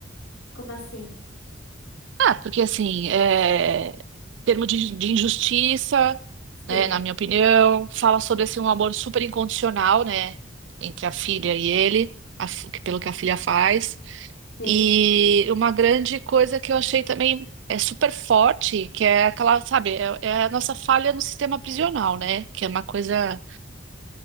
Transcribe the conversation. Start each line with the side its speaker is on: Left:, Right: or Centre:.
Left: Como assim?
Right: Ah, porque assim, é, termo de, de injustiça,
Left: Sim,
Right: né, na minha opinião, fala sobre assim, um amor super incondicional, né, entre a filha e ele, a fi- pelo que a filha faz.
Left: sim.
Right: E uma grande coisa que eu achei também é super forte, que é aquela, sabe, é, é a nossa falha no sistema prisional, né? Que é uma coisa,